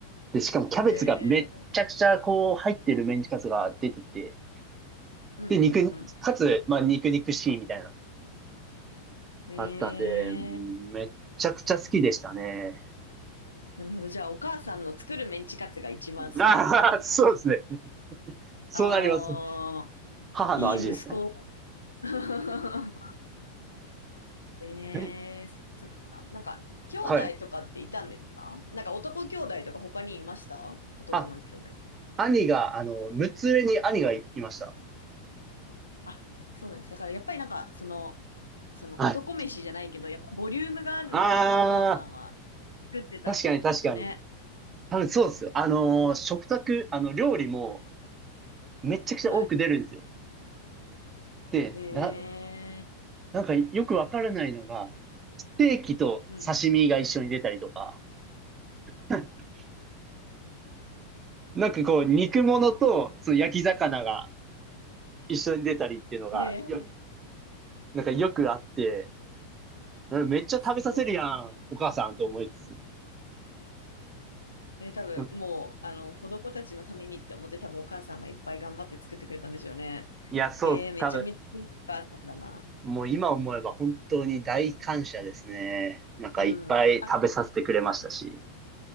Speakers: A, on the right; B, on the left.
A: で、しかもキャベツがめっちゃくちゃ、
B: い。ええー、
A: こう、入ってるメンチカツが出てて、
B: うん、
A: で、肉、
B: うん、うん。
A: かつ、まあ、肉肉しいみたいな、
B: ええー、
A: あったんで、うんめっちゃくちゃ好きでしたね。
B: なるほど。じゃあ、お母さんの作るメンチカツが一番好きっていう感じ。
A: ああ、そうですね。そうなります。
B: ああ。
A: 母の味ですね。
B: いい息子。<laughs> ええそっか。
A: <laughs> え
B: なんか、兄弟とかっていたんですかなんか男兄弟とか他にいました男の兄弟。
A: はい。あ、兄が、あの、6つ上に兄がいました。
B: あ、そうなんです。だからやっぱりなんか、その、その男飯じゃないけど、
A: はい。
B: やっぱボリュームがあるのをやっぱお母さんは
A: ああ、
B: 作ってたんですかね。
A: 確かに確かに。多分そうですよ。あのー食卓、
B: うん。
A: あの、料理もめちゃくちゃ多く出るんですよ。
B: はい。
A: で、
B: へ
A: だ、
B: え。
A: なんかよくわからないのが、ステーキと刺身が一緒に出たりとか、
B: うん。
A: <laughs> なんかこう、肉物とその焼き魚が一緒に出たりっていうのが、
B: へえ。
A: よ、なんかよくあって、うんめっちゃ食べさせるやん、
B: すごい。
A: お母さんと思いつつ。
B: ね、多分もう、
A: うん
B: あの、子供たちのためにって思って多分お母さんはいっぱい頑張って作ってくれたんでしょうね。
A: いや、そう、
B: えー、めちゃめちゃいいお母さんだな。
A: 多分、もう今思えば本当に大感謝ですね。なんかいっぱい食べさせてくれましたし。
B: うん。あ、